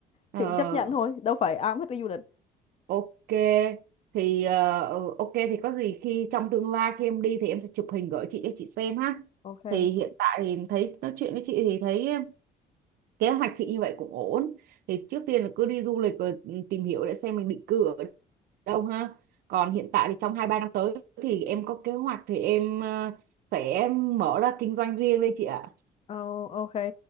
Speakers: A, on the right; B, on the left.
A: Ờ,
B: chị chấp nhận thôi đâu phải ai cũng thích đi du lịch
A: Ok thì ờ, ừ, ok thì có gì khi trong tương lai khi em đi thì em sẽ chụp hình gửi chị cho chị xem ha.
B: ok
A: Thì hiện tại thì thấy nói chuyện với chị thì thấy ờ, kế hoạch chị như vậy cũng ổn. Thì trước tiên là cứ đi du lịch rồi ừ, tìm hiểu để xem mình định cư ở đâu ha. Còn hiện tại thì trong 2 3 năm tới thì em có kế hoạch thì em ờ, sẽ mở ra kinh doanh riêng đây chị ạ.
B: oh, ok